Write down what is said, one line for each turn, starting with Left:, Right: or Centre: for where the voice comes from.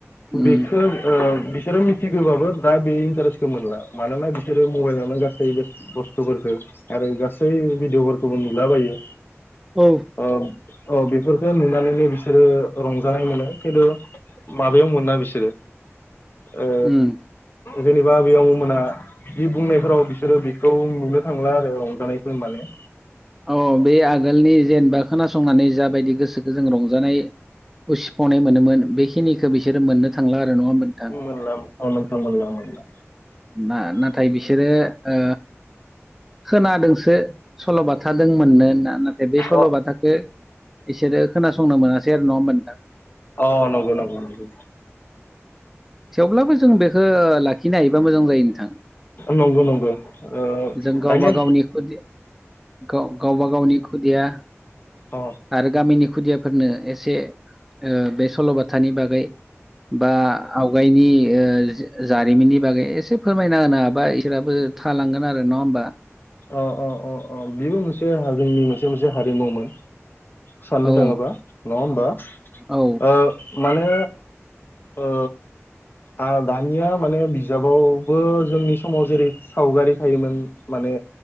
Centre: उम
Left: बेखो ओ बिसोरो मिथिगोबाबो दा बे इन्टारेस्टखौ मोनला मानोना बिसोरो मबाइलावनो गासै बे बुस्थुफोरखो आरो गासै भिडिअ'फोरखौबो नुलाबायो
Centre: औ
Left: ओ अ बेफोरफोरखो नुनानैनो बिसोरो रंजानाय मोनो। खिन्थु माबायाव मोना बिसोरो ओ
Centre: उम
Left: जेनेबा बैयाव मोना जि बुंनायफोराव बिसोरो बे खौ नुनो थांला आरो रंजानायखौ माने
Centre: औ बे आगोलनि जेनेबा खोनासंनानै जाबायदि गोसोखौ जों रंजानाय उसिफ'नाय मोनोमोन बेखिनिखौ बिसोरो मोननो थांला आर नङा होनबा नोंथां
Left: मोनला अ नोंथां मोनला मोनला
Centre: मा नाथाय बिसोरो ओ खोनादोंसो सल' बाथा दों मोननो होनना नाथाय बे सल'बाथाखो
Left: अ
Centre: इसोरो खोनासंनो मोनासै आरो नङा होनबा नोंथां।
Left: अ नंगौ नंगौ नंगौ।
Centre: थेवब्लाबो जों बेखो लाखिनो हायोबा मोजां जायो नोंथां।
Left: नंगौ नंगौ ओ
Centre: जों गावबा
Left: दायोन
Centre: गावनि खुदि गाव गावबा गावनि खुदिया
Left: अ
Centre: आरो गामिनि खुदियाफोरनो एसे ओ बे सल'बाथानि बागै बा बिनि ओ जो जारिमिननि बागै एसे फोरमायना होनो हाबा इसोराबो थालांगोन आरो नङा होमबा
Left: अ अ अ अ बेबो मोनसे हारिनि मोनसे मोनसे हारिमुमोन। साननो
Centre: औ
Left: थाङोबा नङा होमबा
Centre: औ
Left: ओ मानो ओ आ दानिया माने बिजाबावबो जोंनि समाव जेरै सावगारि थायोमोन मानो